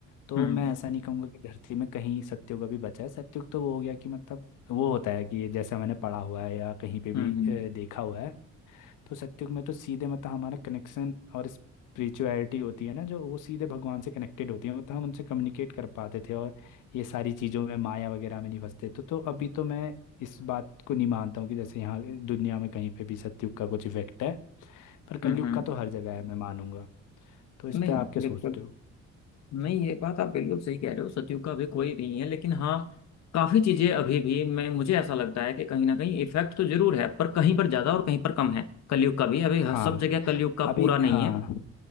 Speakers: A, on the left (about 85°); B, on the left (about 65°).
A: तो
B: हम्म
A: मैं ऐसा नहीं कहूँगा कि धरती में कहीं सत्युग अभी बचा है सत्युग तो वो हो गया कि मतलब वो होता है कि जैसा मैंने पढ़ा हुआ है या कहीं पे भी
B: हम्म
A: अ,
B: हम्म
A: देखा हुआ है तो सत्युग में तो सीधे मतलब हमारा कनेक्शन और स्पिरिचुअलिटी होती है ना जो वो सीधे भगवान से कनेक्टेड होती है मतलब हम उनसे कम्युनिकेट कर पाते थे और ये सारी चीज़ों में माया वगैरह में नहीं फंसते तो तो अभी तो मैं इस बात को नहीं मानता हूँ कि जैसे यहाँ दुनिया में कहीं पे भी सत्युग का कुछ इफेक्ट है पर कलयुग
B: हम्म, हम्म।
A: का तो हर जगह है मैं मानूंगा तो इस
B: नहीं
A: पे आप क्या
B: बिल्कुल
A: सोचते हो
B: नहीं ये बात आप बिल्कुल सही कह रहे हो सतयुग का अभी कोई नहीं है लेकिन हाँ काफी चीजें अभी भी मैं मुझे ऐसा लगता है कि कहीं ना कहीं इफेक्ट तो जरूर है पर कहीं पर ज्यादा और कहीं पर कम है कलयुग का भी अभी हर-
A: हाँ
B: सब जगह कलयुग का
A: अभी
B: पूरा नहीं
A: हाँ
B: है